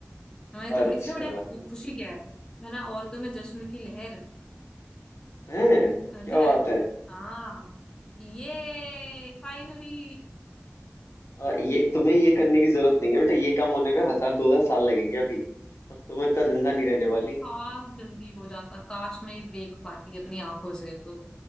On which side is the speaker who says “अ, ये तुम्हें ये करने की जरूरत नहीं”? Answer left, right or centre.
Left